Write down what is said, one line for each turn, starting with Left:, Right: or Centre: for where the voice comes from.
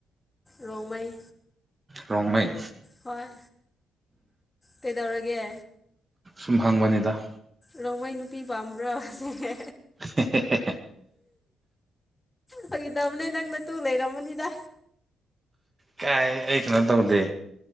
Left: ꯔꯣꯡꯃꯩ
Right: ꯔꯣꯡꯃꯩ
Left: ꯍꯣꯏ ꯀꯩꯗꯧꯔꯒꯦ
Right: ꯁꯨꯝ ꯍꯡꯕꯅꯤꯗ
Left: ꯂꯣꯡꯃꯩ ꯅꯨꯄꯤ ꯄꯥꯝꯕ꯭ꯔꯣ ꯁꯦꯁ
Right: ꯍꯦ ꯍꯦ ꯍꯦ
Left: ꯐꯒꯤꯗꯧꯕꯅꯦ ꯅꯪ ꯅꯇꯨ ꯂꯩꯔꯝꯃꯅꯤꯗ
Right: ꯀꯥꯏ ꯑꯩ ꯀꯩꯅꯣ ꯇꯧꯗꯦ